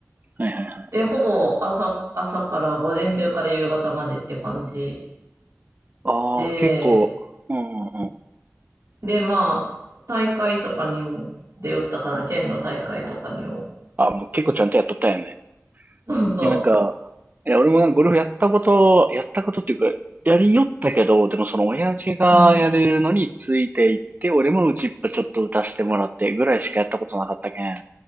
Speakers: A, on the right; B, on the right.
A: いはいはい。
B: で、ほぼ朝、朝から午前中から夕方までって感じ。
A: ああ、
B: で、
A: 結構、うんうんうん。
B: で、まあ、大会とかにも出よったかな、県の大会とかにも。
A: あ、もう結構ちゃんとやっとったよね。
B: <laughs> そうそ
A: えなんか、いや、俺もなんかゴルフやったこと、やったことっていうか、やりよったけど、でもその親父がやれるのについていって、
B: う。うん。
A: 俺も打ちっぱちょっと打たせてもらってぐらいしかやったことなかったけん。